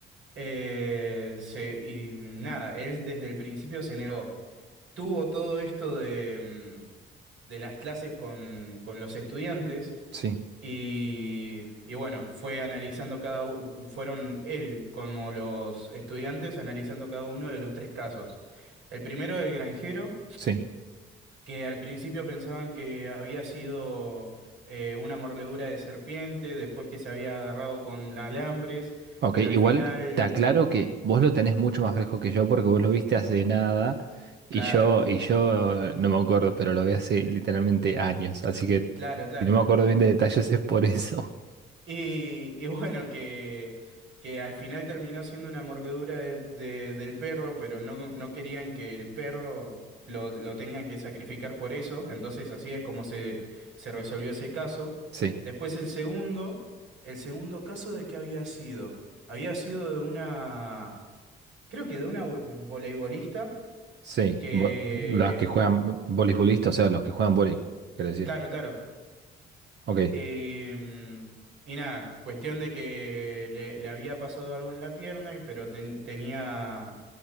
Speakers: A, on the right; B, on the right.
A: eh, se, y nada, él desde el principio se negó tuvo todo esto de, mm, de las clases con, con los estudiantes
B: sí,
A: y, y bueno, fue analizando cada, u- fueron él como los estudiantes analizando cada uno de los tres casos. El primero, el granjero,
B: sí.
A: que al principio pensaban que había sido eh, una mordedura de serpiente, después que se había agarrado con alambres,
B: Ok,
A: pero
B: igual
A: al final,
B: te aclaro que vos lo tenés mucho más fresco que yo porque vos lo viste hace nada y
A: claro,
B: yo, y yo eh, no me acuerdo, pero lo vi hace literalmente años. Así que
A: claro, claro.
B: si no me acuerdo bien de detalles <laughs> es por eso. <laughs>
A: Y, y bueno, que, que al final terminó siendo una mordedura del, de- del perro, pero no, no querían que el perro lo, lo tengan que sacrificar por eso. Entonces así es como se, se resolvió ese caso.
B: Sí,
A: Después el segundo, el segundo caso de qué había sido. Había sido de una, creo que de una vo- voleibolista
B: sí.
A: que,
B: Bo- Los que juegan voleibolistas, o sea, los que juegan vóley, quiero decir.
A: claro, claro.
B: Ok.
A: Eh, y nada, cuestión de que le, le había pasado algo en la pierna, pero ten- tenía,